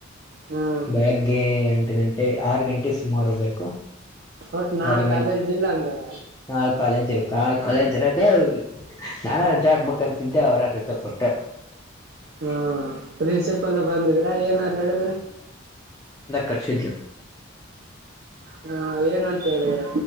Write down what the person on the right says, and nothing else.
ಹ್ಮ್
ಒಟ್ ನಾ
ಕಾಲೇಜ್ ಇಲ್ಲ ಹಂಗಾರ
ಹಾ ಪ್ರಿನ್ಸಿಪಲ್ ಬಂದಿದೀ್ರಾ ಏನಾರು ಹೇಳಿದ್ರ
ಹ ಏನಂತ ಹೇಳಿದರ